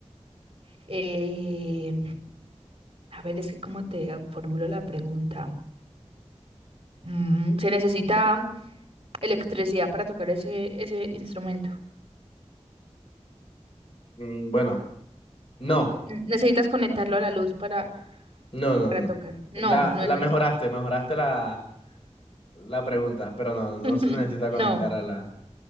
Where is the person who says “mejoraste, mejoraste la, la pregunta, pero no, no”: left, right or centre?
Left